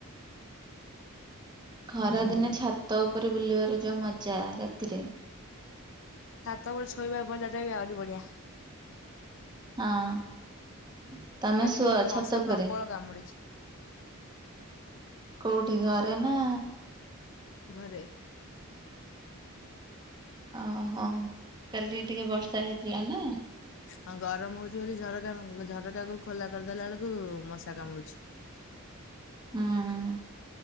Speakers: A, on the right; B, on the left.
A: ଖରାଦିନେ ଛାତ ଉପରେ ବୁଲିବାର ଯୋଉ ମଜା ରାତିରେ
B: ଛାତ ଉପରେ ଶୋଇବା ମଜାଟା ବି ଆହୁରି ବଢିଆ।
A: ଆଁ ତମେ
B: କାଲି
A: ଶୁଅ
B: ମତେ
A: ଛାତ
B: ମଶା
A: ଉପରେ?
B: ପ୍ରବଳ କାମୁଡିଛି।
A: କୋଉଠି ଘରେ ନା
B: ଘରେ।
A: ଓହୋ କାଲି ଟିକେ ବର୍ଷା ହେଇଥିଲା ନା?
B: ହଁ ଗରମ ହଉଛି ବୋଲି ଝରକା ଝରକାକୁ ଖୋଲା କରିଦେଲା ବେଳକୁ ମଶା କାମୁଡୁଛି।
A: ହୁଁ